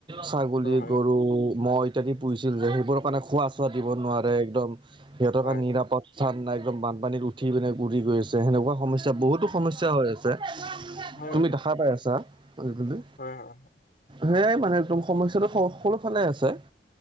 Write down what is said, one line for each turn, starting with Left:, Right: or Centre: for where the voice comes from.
Right: ছাগলী।
Left: হয়
Right: গৰু, ম'হ ইত্যাদি পুহিছিল যে সেইবোৰৰ কাৰণে খোৱা চোৱা দিব নোৱাৰে একদম সিহঁতৰ
Left: হয়
Right: কাৰণে
Left: হয়
Right: নিৰাপদ স্থান নাই একদম বানপানীৰো উঠি পিনে বূৰি গৈ আছে সেনেকুৱা সমস্যা যে বহুতো সমস্যা হৈ আছে।
Left: হয়
Right: তুমি
Left: হয়
Right: দেখাই পাই আছা আজিকালি।
Left: হয় হয় হয়
Right: সেয়াই মানে একদম সমস্যাটো সকলো ফালে আছে।